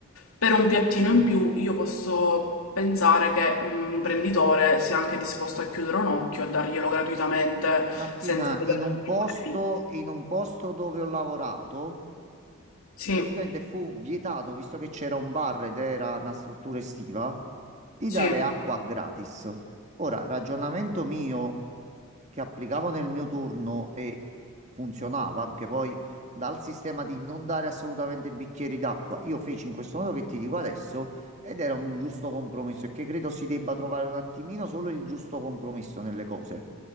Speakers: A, on the left; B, on the right.
A: per un piattino in più io posso pensare che un imprenditore sia anche disposto a chiudere un occhio e darglielo gratuitamente
B: Martina,
A: senza dover
B: in
A: fare
B: un posto,
A: qualcosa.
B: in un posto dove ho lavorato.
A: Sì,
B: praticamente fu vietato, visto che c'era un bar ed era una struttura estiva, di
A: sì,
B: dare acqua gratis. Ora, ragionamento mio che applicavo nel mio turno e funzionava, perché poi dal sistema di non dare assolutamente bicchieri d'acqua, io feci in questo modo che ti dico adesso ed era un giusto compromesso e che credo si debba trovare un attimino solo il giusto compromesso nelle cose.